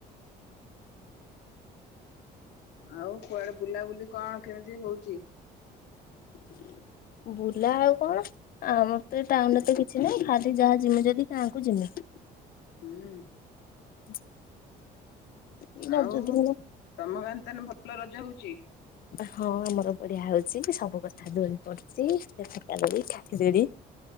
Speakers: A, on the left (about 80°); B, on the left (about 60°).
A: ଆଉ କୁଆଡେ ବୁଲାବୁଲି କଣ କେମିତି ହଉଛି?
B: ବୁଲା ହାଉ କଣ? ଆଁ ମତେ ଟାଉନ ରେ ତ କିଛି ନାହିଁ ଖାଲି ଯାହା ଜିମି ଯଦି ଗାଁ ଙ୍କୁ ଜିମି
A: ହୁଁ
B: <inaudible> ରଜ
A: ଆଉ
B: ଦିନ
A: ତମ ଗାଁରେ ତାହେଲେ ଭଲ ରଜ ହଉଚି?
B: ହଁ ଆମର ବଢିଆ ହଉଛି ସବୁ କଥା ଦୋଳି ପଡୁଛି ସେକା ଲୋଡି ଖାଇ ଦୋଡି